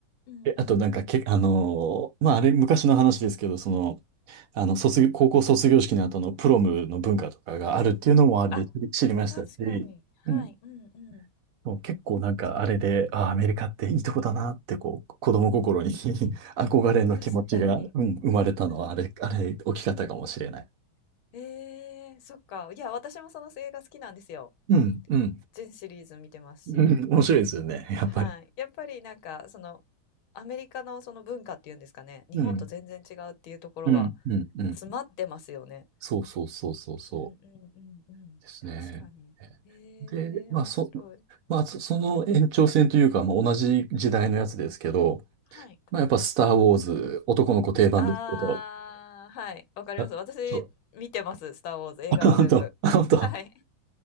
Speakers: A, on the left (about 80°); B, on the right (about 65°).
A: うんうんうん。
B: え、あとなんかけ、あのーまあ、あれ昔の話ですけど、その、あの、卒業、高校卒業式の後のプロムの文化とかがあるっていうのもあれで知り知りましたし、
A: あ、確かに。はい、
B: うん、
A: うんうん。
B: もう結構なんかあれで、
A: そっか。
B: ああ、アメリカっていいとこだなってこう、子供心に <laughs> 憧れの気持ちが、
A: 確かに。
B: うん、生まれたのはあれ、
A: はい。
B: あれ、大きかったかもしれない。
A: うんうんうん。ええ、そっか。いや、私もその映画好きなんですよ。
B: うん、うん、
A: 全シリーズ見てますし。
B: うん、面白いですよね、<laughs> やっぱり。
A: はい。やっぱりなんか、その、アメリカのその文化っていうんですかね、日本と全然違うっていうところは
B: うん、うん、うん、うん。
A: 詰まってますよね。
B: そうそうそうそうそ
A: うんうんうんうん。
B: うですね。
A: 確かに。えー面白い。
B: で、まあ、そ、まあ、そその延長線というか、まあ、同じ時代のやつですけど、
A: はい。
B: まあ、やっぱスター・ウォーズ、男の子定番ですけど、
A: あーはい、わかります。
B: あ、
A: 私、
B: そう。
A: 見てます、スター・ウォーズ、映画は全部。
B: <laughs> 本当、本当。
A: はい。